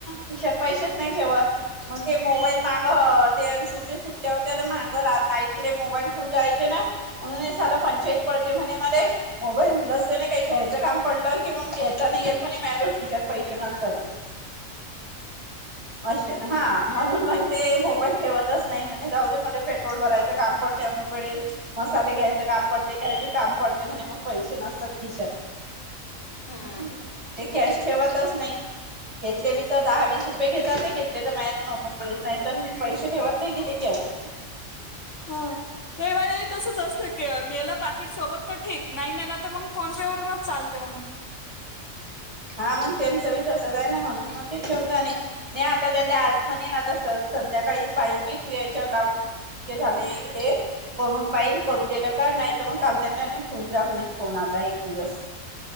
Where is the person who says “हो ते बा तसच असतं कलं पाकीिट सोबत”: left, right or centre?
Left